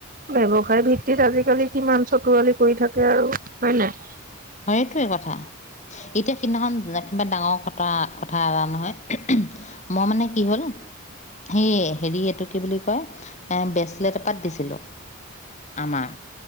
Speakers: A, on the right; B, on the left.
A: ব্যৱসায়ী ভিত্তিত আজিকালি কিমান চতুৱালি কৰি থাকে আৰু হয় নাই
B: সেইটোৱে কথা এতিয়া সিদিনাখন কিবা ডাঙৰ কথা কথা এটা নহয় মই মানে কি হ'ল সেই হেৰি এইটো কি বুলি কয় ব্ৰেচলেট এপাত দিছিলোঁ আমাৰ